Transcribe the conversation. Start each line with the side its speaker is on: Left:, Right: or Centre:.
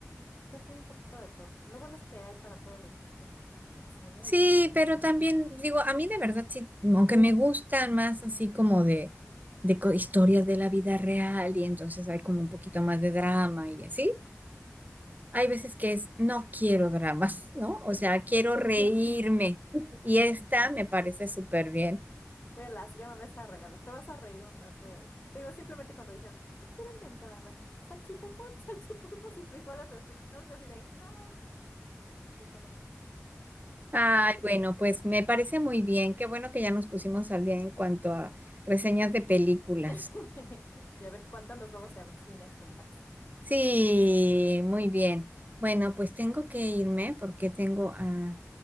Left: Pues hay un poquito de todo. Lo bueno es que hay para todos los gustos ahorita en el cine
Right: Sí,
Left: y también
Right: pero
Left: en... <laughs>
Right: también digo, a mí de verdad sí, aunque me gustan más así como de, de co- historias de la vida real y entonces hay como un poquito más de drama y así, hay veces que es, no quiero dramas, ¿no? O sea, quiero
Left: Pero, no,
Right: reírme y esta me parece súper bien.
Left: Velas, llama a mesa de regalos. Te vas a reír un rato de... Te digo, simplemente cuando dijeron, ¿qué quieren de entradas? Salchipulpos, <laughs> salchipulpos y frijoles refritos. Yo así de... "Ja, ja". Sí, fue muy gracioso,
Right: Ay,
Left: muy gracioso.
Right: bueno, pues me parece muy bien. Qué bueno que ya nos pusimos al día en cuanto a reseñas de películas.
Left: <laughs> Y a ver cuánto nos vamos a ver cine juntas.
Right: Sí, muy bien. Bueno, pues tengo que irme porque tengo a,